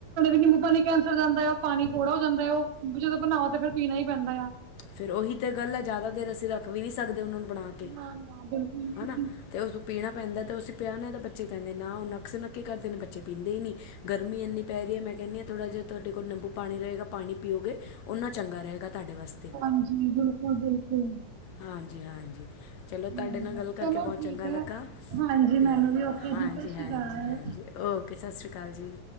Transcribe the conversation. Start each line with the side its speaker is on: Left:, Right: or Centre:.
Right: ਨਿੰਬੂ ਪਾਣੀ ਕੈਂਸਰ ਹੋ ਜਾਂਦਾ ਉਹ ਪਾਣੀ ਕੌੜਾ ਹੋ ਜਾਂਦਾ ਉਹ ਜਦੋਂ ਬਣਾਓ ਤੇ ਫਿਰ ਪੀਣਾ ਹੀ ਪੈਂਦਾ ਆ।
Left: ਫਿਰ ਉਹੀ ਤੇ ਗੱਲ ਹੈ ਜ਼ਿਆਦਾ ਦੇਰ ਅਸੀਂ ਰੱਖ ਵੀ ਨੀ ਸਕਦੇ ਉਹਨਾਂ ਨੂੰ ਬਣਾ ਕੇ
Right: ਨਾ ਨਾ ਬਿਲਕੁਲ ਵੀ
Left: ਹਨਾ?
Right: ਨੀ
Left: ਤੇ ਉਸਨੂੰ ਪੀਣਾ ਪੈਂਦਾ, ਤੇ ਉਸ ਕਿਹਨੇ ਤਾਂ ਬੱਚੇ ਕਹਿੰਦੇ ਨਾ ਉਹ ਨੱਕ-ਸੁਣੋਕੀ ਕਰਦੇ ਨੇ। ਬੱਚੇ ਪੀਂਦੇ ਹੀ ਨਹੀਂ ਗਰਮੀ ਇੰਨੀ ਪੈ ਰਹੀ ਮੈਂ ਕਹਿੰਦੀ ਹਾਂ ਥੋੜਾ ਜਿਹਾ ਤੁਹਾਡੇ ਕੋਲ ਨਿੰਬੂ-ਪਾਣੀ ਰਹੇਗਾ ਪਾਣੀ ਪੀਓਗੇ ਉਹਨਾਂ ਚੰਗਾ ਰਹੇਗਾ ਤੁਹਾਡੇ ਵਾਸਤੇ।
Right: ਹਾਂਜੀ, ਬਿਲਕੁਲ ਬਿਲਕੁਲ
Left: ਹਾਂਜੀ, ਹਾਂਜੀ। ਚਲੋ ਤੁਹਾਡੇ
Right: ਹਮ,
Left: ਨਾਲ ਗੱਲ ਕਰਕੇ
Right: ਚਲੋ
Left: ਬਹੁਤ
Right: ਠੀਕ
Left: ਚੰਗਾ
Right: ਹੈ
Left: ਲੱਗਾ।
Right: ਹਾਂਜੀ
Left: ਤੇ
Right: ਮੈਨੂੰ ਵੀ ਓਕੇ
Left: ਹਾਂਜੀ-ਹਾਂਜੀ,
Right: ਜੀ ਸਤਿ ਸ਼੍ਰੀ ਅਕਾਲ
Left: ਹਾਂਜੀ! ਓਕੇ, ਸਤਿ ਸ਼੍ਰੀ ਅਕਾਲ ਜੀ।